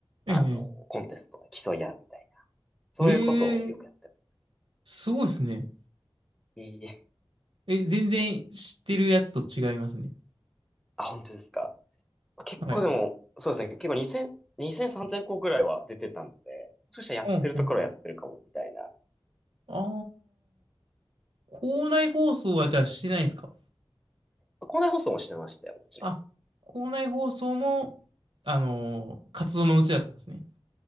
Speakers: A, on the right; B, in the centre.
A: ええ、
B: あの、コンテストで競い合うみたいな。そういうことをよくやってる。
A: ええへえすごいですね。
B: いい
A: え、全然知ってるやつと違いますね。
B: あ、本当ですか。結構でも、
A: はい。
B: そうですね。結構2000、2 0 0 3000校ぐらいは出てたんで、もしかしたらやってるところはやってるかも、
A: ほんほん。
B: みたいな。
A: ああ、校内放送はじゃあしてないんですか
B: 校内放送もしてましたよ、もちろん。
A: あ、校内放送も、あのー活動のうちだったんですね。